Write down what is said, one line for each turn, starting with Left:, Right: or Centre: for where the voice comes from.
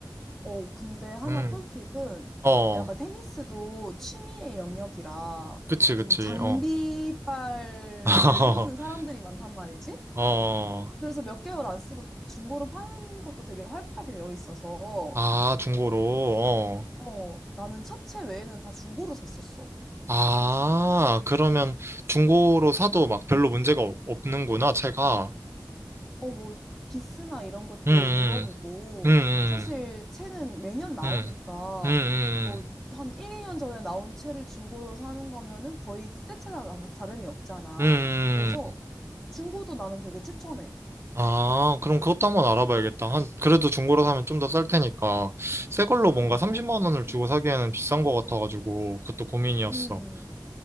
Centre: 어, 근데 하나
Right: 음,
Centre: 꿀팁은
Right: 어,
Centre: 약간 테니스도 취미의 영역이라
Right: 그치, 그치,
Centre: 좀 장비빨을
Right: 어. <laughs>
Centre: 세우는 사람들이 많단 말이지.
Right: 어,
Centre: 그래서 몇 개월 안 쓰고 중고로 파는 것도 되게 활발하게 되어 있어서,
Right: 아, 중고로, 어.
Centre: 어, 나는 차체 외에는 다 중고로 샀었어.
Right: 아, 그러면 중고로 사도 막 별로 문제가 없- 없는구나, 채가.
Centre: 어, 뭐, 기스나 이런 것들
Right: 음,
Centre: 물어보고,
Right: 음, 음,
Centre: 사실 채는 매년 나오니까,
Right: 음, 음, 음, 음,
Centre: 뭐,
Right: 음.
Centre: 한 1, 2년 전에 나온 채를 중고로 사는 거면은 거의 새 채나 다- 다름이 없잖아.
Right: 음,
Centre: 그래서
Right: 음.
Centre: 중고도 나는 되게 추천해.
Right: 아, 그럼 그것도 한번 알아봐야겠다. 한, 그래도 중고로 사면 좀 더 쌀 테니까. 새 걸로 뭔가
Centre: 맞아.
Right: 30만 원을 주고 사기에는 비싼 것 같아가지고, 그것도 고민이었어.
Centre: 음.